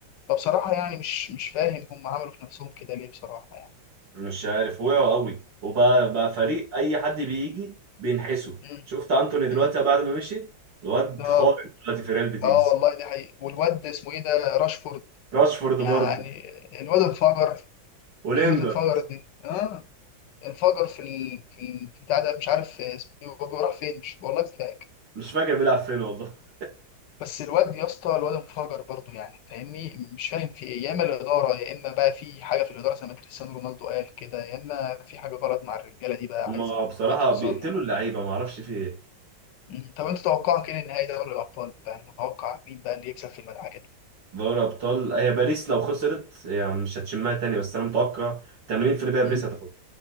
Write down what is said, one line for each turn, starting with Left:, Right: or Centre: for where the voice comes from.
Left: فبصراحه يعني مش مش فاهم هم عملوا في نفسهم كده ليه بصراحه يعني
Right: مش عارف وقعوا قوي وبقى بقى فريق اي حد بيجي بينحسه
Left: مم.
Right: شفت انتوني دلوقتي
Left: مم.
Right: بعد ما مشي الواد
Left: اه
Right: خارق دلوقتي في ريال بيتيس
Left: اه والله دي حقيقة والواد اسمه ايه ده راشفورد
Right: راشفورد
Left: يعني
Right: برضه
Left: الواد انفجر
Right: ولينجارد
Left: كلمة انفجر دي اه انفجر في ال... في ال- بتاع ده مش عارف اسمه إيه، هو راح فين مش والله مش فاكر
Right: مش فاكر بيلعب فين والله
Left: بس الواد يا اسطى الواد انفجر برضه يعني فاهمني مش فاهم في ايه يا اما الاداره يا اما بقى في حاجه في الاداره زي ما كريستيانو رونالدو قال كده يا اما في حاجه غلط مع الرجاله دي بقى
Right: هما
Left: عايزه تت-
Right: بصراحة
Left: تتصلح
Right: بيقتلوا اللعيبة ما اعرفش في ايه
Left: مم. طب انت توقعك ايه لنهائي دوري الابطال بقى متوقع مين بقى اللي يكسب في المدعكه دي
Right: دوري ابطال هي باريس لو خسرت هي مش هتشمها تاني بس انا متوقع 80% باريس
Left: مم.
Right: هتاخدها